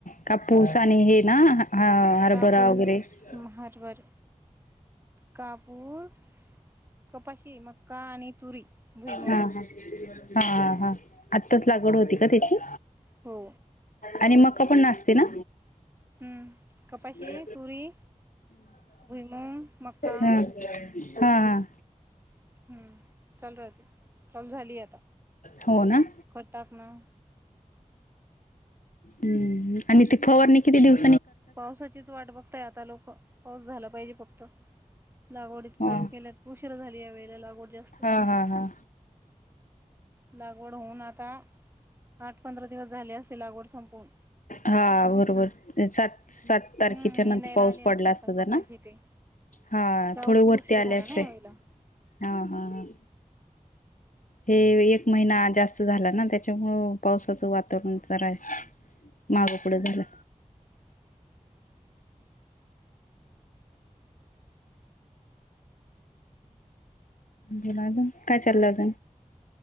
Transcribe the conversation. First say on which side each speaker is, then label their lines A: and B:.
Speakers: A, on the left; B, on the right.
A: कापू सनी हे ना हा हरभरा
B: कापूस
A: वगैरे हा
B: मारवर काप ऊस कपाशी मक्का आणि तुरी भुई मुग
A: हा हा हा हा आत्ताच लागवड होती का त्याची
B: हो
A: आणि मक पण नाचते ना
B: हम्म. कपाशी,
A: ह
B: तुरी, भुईमूग, मक्का
A: हा <inaudible> हा हा
B: हम्म. चालू राहते. चालू झाली आता
A: हम हो ना
B: खत टाकणं.
A: हम आणि ती फवारणी किती दिवस
B: पावसाचीच वाट बघताय आता लोक पाऊस झाला पाहिजे फक्त लागवडी चालु
A: ह
B: केल्या तर उशर झाली या वेळे लागवडीला जास्त
A: हा हा हा
B: लागवड होऊन आता आठ पंधरा दिवस झाले असते लागवड संपवून
A: हा बरोबर सात सात
B: हम्म
A: तारखेच्या
B: निंदायला
A: नंतर पाऊस
B: आले असते
A: पडला
B: आता
A: असत
B: कपाशी
A: तर ना
B: ते.
A: हा
B: पाऊसच
A: थोडे वरती
B: उशीर
A: आले
B: झाला
A: असते
B: ना यावेळेला.
A: हा हा हे एक महिना जास्त झाला ना त्याच्यामुळं पावसाचं वातावरण जरा आहे माग पुड झालं
B: <unintelligible>
A: बोलाज काय चाललं